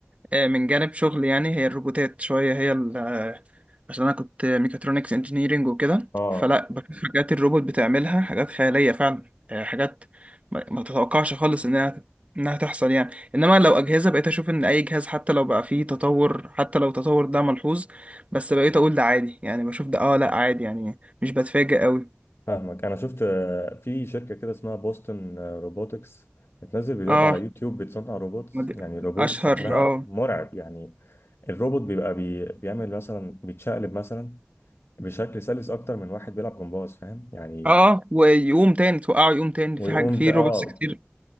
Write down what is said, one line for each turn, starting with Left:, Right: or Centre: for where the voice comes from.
Right: آه، من جانب شغلي يعني هي الروبوتات شوية هي ال- آه، عشان أنا كنت ميكاترونكس انجينيرينج وكده
Left: اه
Right: فلا بشوف حاجات الروبوت بتعملها حاجات خيالية فعلا آه، حاجات ما ما تتوقعش خالص إنها إنها تحصل يعني إنما لو أجهزة بقيت أشوف إن أي جهاز حتى لو بقى فيه تطور حتى لو التطور ده ملحوظ بس بقيت أقول ده عادي يعني بشوف ده أه لأ عادي يعني مش بتفاجئ أوي
Left: فاهمك انا شفت آه، في شركه كده اسمها بوستون روبوتكس بتنزل فيديوهات
Right: أه
Left: على يوتيوب بتصنع روبوتس
Right: ما دي-
Left: يعني روبوتس
Right: أشهر
Left: شكلها
Right: أه
Left: مرعب يعني الروبوت بيبقى بي بيعمل مثلا بيتشقلب مثلا بشكل سلس اكتر من واحد بيلعب جمباز فاهم يعني
Right: أه آه، ويقوم تاني توقعه يقوم تاني
Left: ويقوم
Right: في حاجة في
Left: ت... اه
Right: روبوتس كتير